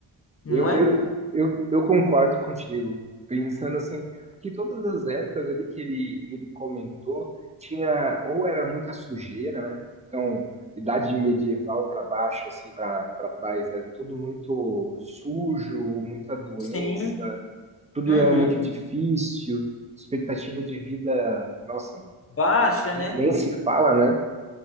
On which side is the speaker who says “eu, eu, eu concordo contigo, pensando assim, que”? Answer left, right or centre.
Right